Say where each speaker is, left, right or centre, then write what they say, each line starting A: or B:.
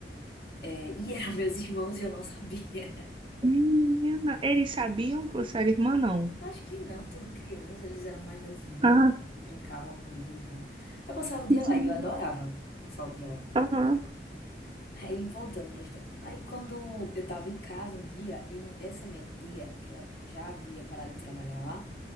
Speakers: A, on the left; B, on the right.
A: É, e eram <laughs> meus irmãos e eu não sabia.
B: Menina. Eles sabiam que você era irmã, não?
A: Acho que não, tudo criança, eles eram mais novinhos,
B: Ah,
A: eu brincava com eles lá. Eu passava o dia
B: entendi.
A: lá e eu adorava passar o dia lá.
B: Aham.
A: Aí, voltando pra história. Aí, quando eu tava em casa um dia, e mi- essa minha tia, que ela já havia parado de trabalhar lá,